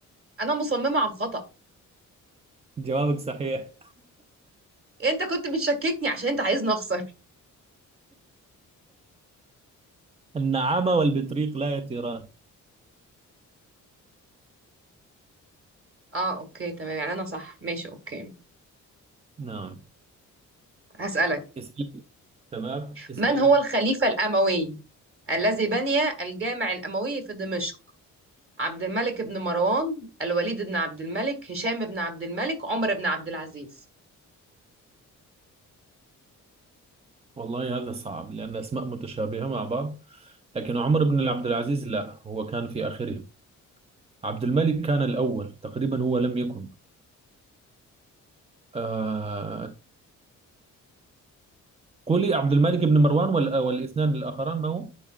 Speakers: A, on the right; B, on the right.
A: أنا مصممة على الخطأ.
B: جوابك صحيح
A: أنت كنت بتشككني عشان أنت عايزني أخسر.
B: النعامة والبطريق لا يطيران
A: أه أوكي تمام يعني أنا صح، ماشي أوكي.
B: نعم
A: هسألك،
B: اسألي تمام اسألي
A: من هو الخليفة الأموي الذي بني الجامع الأموي في دمشق؟ عبد الملك بن مروان الوليد بن عبد الملك هشام بن عبد الملك عمر بن عبد العزيز
B: والله هذا صعب لأن أسماء متشابهة مع بعض لكن عمر بن عبد العزيز لا هو كان في آخرهم عبد الملك كان الأول تقريبا هو لم يكن آه قولي عبد الملك بن مروان وال- والاثنان الآخران ما هو